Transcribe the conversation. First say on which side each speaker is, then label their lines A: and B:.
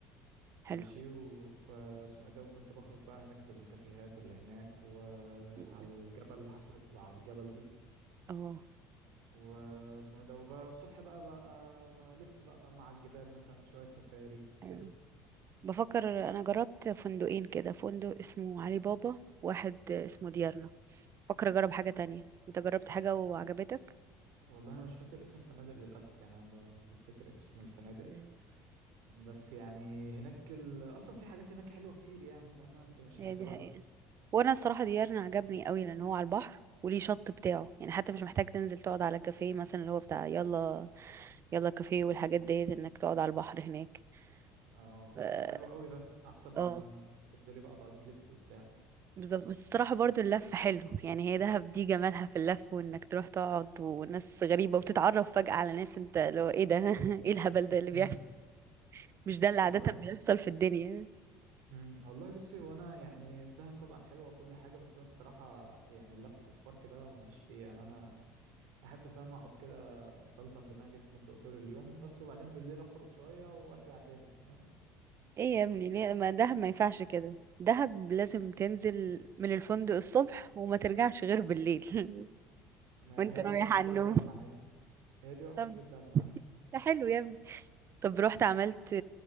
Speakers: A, on the right (about 70°); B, on the right (about 45°).
A: ماشي
B: حلو
A: و- واسمه ايه ده وكنت بخرج بقى هناك في الكافيهات اللي هناك وعلى
B: م-
A: الجبل الحفلة اللي بتبقى على الجبل دي
B: اه
A: واسمه ايه ده وبقى الصبح بقى بقى بلف بقى فاهمة على الجبال مثلا شوية سفاري
B: أيوة.
A: كده
B: بفكر انا جربت فندقين كده فندق اسمه علي بابا واحد اسمه ديارنا بفكر اجرب حاجة تانية انت جربت حاجة وعجبتك
A: والله انا مش فاكر اسم الفنادق للاسف يعني انا ب- مش بفتكر اسم الفنادق
B: مم.
A: بس يعني هناك ال... اصلا في حاجات هناك حلوه كتير يعني فاهمه انت مش
B: هي
A: هتغلبي
B: دي حقيقة وانا الصراحة ديارنا عجبني قوي لان هو على البحر وليه شط بتاعه يعني حتى مش محتاج تنزل تقعد على كافيه مثلا اللي هو بتاع يلا يلا كافيه والحاجات ديت انك تقعد على البحر هناك
A: اه
B: ف-
A: طب حلو قوي ده احسن ما
B: اه
A: تنزلي بقى تقعدي تلفي وبتاع
B: بالظبط بس الصراحة برضو اللف حلو يعني هي دهب دي جمالها في اللف وانك تروح تقعد وناس غريبة وتتعرف فجأة على ناس انت لو ايه ده <laughs> ايه الهبل ده اللي
A: <laughs> مهم.
B: بيحصل مش ده اللي عادة
A: والله
B: بيحصل في الدنيا
A: مم. والله بصي هو انا يعني الدهب طبعا حلوه وكل حاجه بس انا الصراحه يعني اللف والفرك ده ماليش فيه يعني انا احب فاهم اقعد كده مسلطن دماغي في فندق طول اليوم بس وبعدين بالليل اخرج شويه وارجع تاني فاهمه
B: ايه يا ابني ليه ما دهب ما ينفعش كده دهب لازم تنزل من الفندق الصبح وما ترجعش غير بالليل <laughs>
A: ما
B: وانت
A: هي
B: رايح
A: دي بقى مشكله
B: على النوم
A: الدهب معايا هي دي بقى مشكلة
B: طب
A: دهب معايا
B: ده حلو يا ابني طب رحت عملت